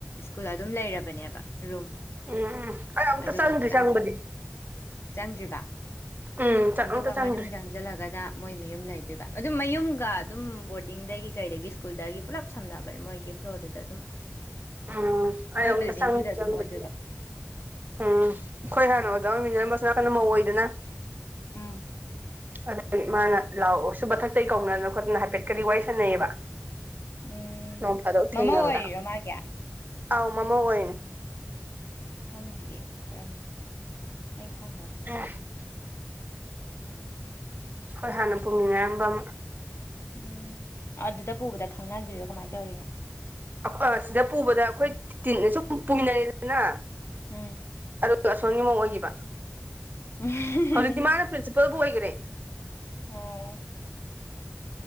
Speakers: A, on the left; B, on the right.
A: ꯁ꯭ꯀꯨꯜ ꯑꯗꯨꯝ ꯂꯩꯔꯕꯅꯦꯕ ꯔꯨꯝ
B: ꯎꯝ ꯑꯩ ꯑꯃꯨꯛꯇ
A: ꯑꯗꯨꯒ
B: ꯆꯪꯗ꯭ꯔꯤ
A: ꯈꯤꯇꯪ
B: ꯆꯪꯕꯗꯤ
A: ꯆꯪꯗ꯭ꯔꯤꯕ
B: ꯎꯝ ꯆꯪ
A: ꯑꯗꯨꯒ
B: ꯑꯝꯇ ꯆꯪꯗ꯭ꯔꯤ
A: ꯃꯅꯨꯡ ꯆꯪ ꯖꯜꯂꯒꯅ ꯃꯣꯏ ꯃꯌꯨꯝ ꯂꯩꯗꯣꯏꯕ ꯑꯗꯨꯝ ꯃꯌꯨꯝꯒ ꯑꯗꯨꯝ ꯕꯣꯔꯗꯤꯡꯗꯒꯤ ꯀꯩꯗꯒꯤ ꯁ꯭ꯀꯨꯜꯗꯒꯤ ꯄꯨꯂꯞ ꯁꯝꯅꯕꯅꯦ ꯃꯣꯏꯒꯤ ꯐ꯭ꯂꯣꯔꯗꯨꯗ ꯑꯗꯨꯝ
B: ꯎꯝ ꯑꯩ
A: ꯃꯣꯏ
B: ꯑꯃꯨꯛꯇ
A: ꯕꯤꯜꯗꯤꯡꯗꯨꯗ
B: ꯆꯪꯗ꯭ꯔꯤ
A: ꯑꯗꯨꯝ
B: ꯆꯪꯕꯗꯤ
A: ꯑꯣꯏꯗꯣꯏꯕ
B: ꯎꯝ ꯑꯩꯈꯣꯏ ꯍꯥꯟꯅ ꯑꯣꯖꯥ ꯑꯣꯏꯃꯤꯟꯅꯔꯝꯕ ꯑꯁꯣꯝꯅꯥꯀꯟꯗ ꯃꯧ ꯑꯣꯏꯗꯅ
A: ꯎꯝ
B: ꯑꯗꯩ ꯃꯥꯅ ꯂꯥꯛꯑꯣ ꯁꯨꯝ ꯃꯊꯛꯇꯩ ꯀꯧꯗꯅ ꯈꯣꯠꯇꯅ ꯍꯥꯏꯐꯦꯠ ꯀꯗꯤ ꯋꯥꯔꯤ ꯁꯥꯟꯅꯩꯑꯕ
A: ꯎꯝ
B: ꯅꯣꯡ ꯐꯥꯗꯣꯛ
A: ꯃꯃꯧ
B: ꯊꯦꯡꯅꯕꯗ
A: ꯑꯣꯏꯔꯤꯔꯣ ꯃꯥꯒꯤ
B: ꯑꯥꯎ ꯃꯃꯧ ꯑꯣꯏꯔꯤꯅꯦ꯫
A: ꯈꯪꯗꯤꯌꯦ ꯀꯔꯝꯕꯅꯣ ꯑꯩ ꯈꯪꯉꯔꯣꯏ
B: <unintelligible> ꯈꯣꯏ ꯍꯥꯟꯅ ꯄꯨꯃꯤꯟꯅꯔꯝꯕ ꯑꯃ
A: ꯎꯝ ꯑꯗꯨꯗ ꯄꯨꯕꯗ ꯈꯪꯅꯒ꯭ꯔꯤꯔꯣ ꯀꯃꯥꯏꯅ ꯇꯧꯔꯤꯅꯣ
B: ꯑ ꯁꯤꯗ ꯄꯨꯕꯗ ꯑꯩꯈꯣꯏ ꯇꯤꯟ ꯁꯨꯝ ꯄꯨꯃꯤꯟꯅꯔꯦꯗꯅ
A: ꯎꯝ
B: ꯑꯗꯨꯒ ꯑꯁꯣꯟꯒꯤꯃꯨꯛ ꯑꯣꯏꯈꯤꯕ
A: ꯎꯝ
B: ꯍꯧꯖꯤꯛꯇꯤ ꯃꯥꯅ ꯄ꯭ꯔꯤꯟꯁꯤꯄꯜꯕꯨ ꯑꯣꯏꯈꯔꯦ
A: ꯑꯣ